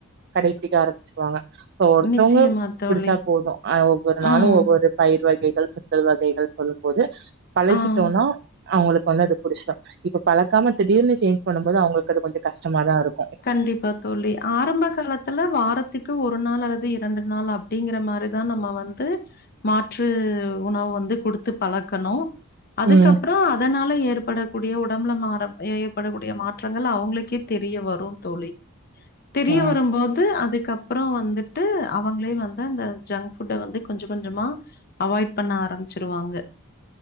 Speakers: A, on the right; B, on the left.
A: கடைபிடிக்க ஆரம்பிச்சிருவாங்க இப்ப ஒருத்தவங்க
B: நிச்சயமா தோழி
A: பிடிச்சா போது அ ஒவ்வொரு நாளு
B: ம்
A: ஒவ்வொரு பயிர் வகைகள் சுண்டல் வகைகள் சொல்லும் போது பழகிட்டோனா
B: ஆ
A: அவுங்களுக்கு வந்து அது புடிஸ்ரு இப்ப பழக்காம திடீர்னு சேஞ்ச் பண்ணும் போது அவுங்களுக்கு அது கொஞ்சோ கஷ்டமா தா இருக்
B: கண்டிப்பா தோழி ஆரம்ப காலத் துல வாரத்துக்கு ஒரு நாள் அல்லது இரண்டு நாள் அப்டிங்கிற மாரிதா நம்ம வந்து மாற்று உணவு வந்து குடுத்து பழக்கணு அதுக்கப்றோ
A: ம்
B: அதனால ஏற்பட கூடிய உடம்புல மாற எ ஏற்படக்கூடிய மாற்றங்கள் அவுங்களுக்கே தெரிய வரு தோழி தெரிய
A: ஆ
B: வரும்போ து அதுக்கப்புறோ வந்துட்டு அவங்களே வந்து அந்த ஜங்க் ஃபுட்ட வந்து கொஞ்ச கொஞ்சமா அவாய்ட் பண்ண ஆரம்பிச்சிருவாங்க